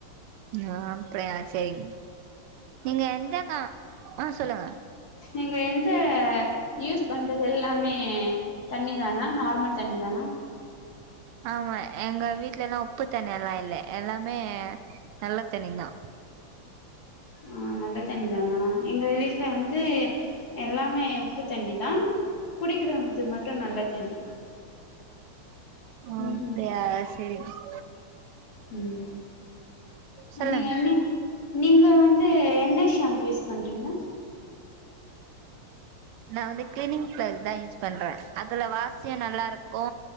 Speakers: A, on the right (about 80°); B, on the left (about 45°).
A: ஆ அப்டியா சரிங்க நீங்க எந்த கா ஆ சொல்லுங்க
B: நீங்க எந்த யூஸ் பண்றது எல்லாமே தண்ணி தானா நார்மல் தண்ணி தானா
A: ஆமா எங்க வீடல எல்லா உப்பு தண்ணில்லா இல்ல எல்லாமே நல்ல தண்ணி தா
B: ஆ நல்ல தண்ணிதானா எங்க வீட்ல வந்து எல்லாமே உப்பு தண்ணி தா குடிக்கறது மட்டு நல்ல தண்ணி
A: அ
B: ம்
A: அப்படியா
B: ம்
A: சேரி சே
B: ம்
A: சொல்லுங்க
B: அண்ணி அண்ணி நீங்க வந்து என்ன ஷேம்பு யூஸ் பண்றீங்க
A: நான் வந்து கிளீனிங் பிளஸ் தா யூஸ் பண்றே அதுல வாசியம் நல்லா இருக்கு